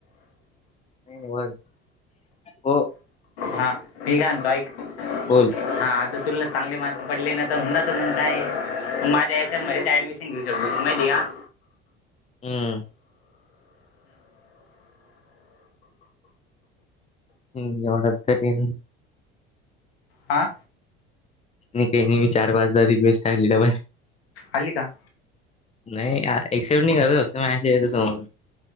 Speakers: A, on the left; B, on the left.
A: नाही नाही बर हो
B: हा म कात एकक
A: बोल
B: हा आता तुला चांगले मार्क पडले ना तर तर मग काय माझ्या यायच्या मध्ये ऍडमिशन थक्यू स माहिया
A: हम्म हम् एवढरी
B: हा
A: नाही काही मही चार पाचार रिक्वेस्टलीला
B: अल् का
A: नाही एक्सेप्ट नाही करत फक्त मॅसेज येतं समोरून